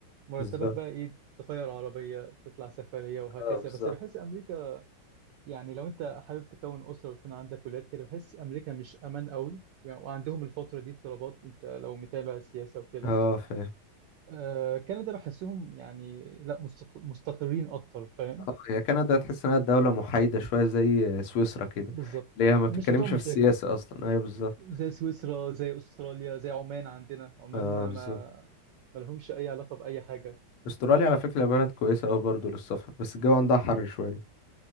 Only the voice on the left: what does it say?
بالظبط
اه بالظبط
اه فاهم
اه هي كندا تحس انها دولة محايدة شوية زي سويسرا كده
اللي هي ما بتتكلمش
في السياسة اصلا ايوه بالظبط
اه بالظبط
استراليا على فكرة بلد كويسة اوي برضه للسفر بس الجو عندها حر شوية